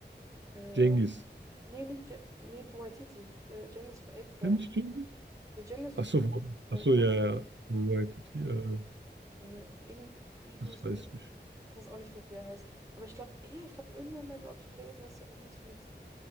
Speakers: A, on the right; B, on the right.
A: Äh,
B: Jengis
A: Nee, nicht Je nee, von White City. Der Cengiz von Ape Crime.
B: Kennst du Cengiz?
A: Nee, Cengiz
B: Ach
A: ist
B: so,
A: der,
B: von- ach
A: der
B: so,
A: Glatt.
B: ja, ja. Von YTT, äh,
A: Äh, Ing Igus,
B: das weiß
A: Ig
B: ich nicht.
A: ich weiß auch nicht gerade, wie er heißt. Aber ich glaube, ja, ich glaube, irgendwann mal, glaube ich, gelesen, dass er irgendwas mit